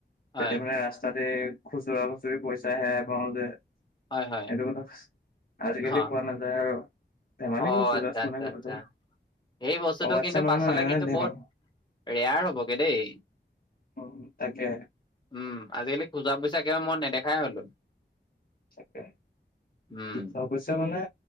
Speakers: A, on the left (about 25°); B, on the left (about 50°).
A: হয়
B: তেতিয়া
A: হয়
B: মানে ৰাস্তাতে খুচুৰা খুচুৰি পইচা হেৰাই পাওঁ যে।
A: হয় হয়
B: সেইটো কথা, আজিকালি
A: হা
B: কোৱা নাযায় আৰু। ধেমালি
A: অ',
B: কৰিছো
A: আচ্ছা,
B: জাষ্ট মানে
A: আচ্ছা,
B: কথাটো
A: আচ্ছা। সেই বস্তুটো
B: অ আচ্ছা
A: কিন্তু
B: নহয়
A: পাছলৈ
B: নহয়
A: কিন্তু
B: ধেমা
A: বহুত ৰেয়াৰ হ'বগে দেই।
B: উম, তাকে।
A: উম, আজিকালি খোজা পইচা একেবাৰে মই নেদেখাই হ'লো।
B: তাকে।
A: উম
B: খুচুৰা পইচা মানে